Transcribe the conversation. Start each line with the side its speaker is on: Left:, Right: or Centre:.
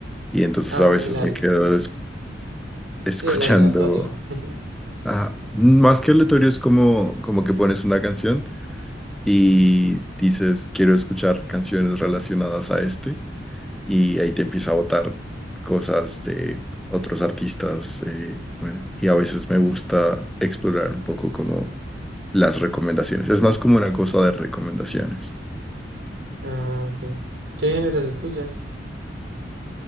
Centre: Y entonces
Right: Ah,
Centre: a veces
Right: el al...
Centre: me quedo es- <laughs> escuchando.
Right: sí, el aleatorio. <laughs>
Centre: Ajá. Más que aleatorio es como, como que pones una canción y dices, quiero escuchar canciones relacionadas a este, y ahí te empieza a botar cosas de otros artistas. eh, bueno, y a veces me gusta explorar un poco como las recomendaciones. Es más como una cosa de recomendaciones.
Right: Ah, ok. ¿Qué géneros escuchas?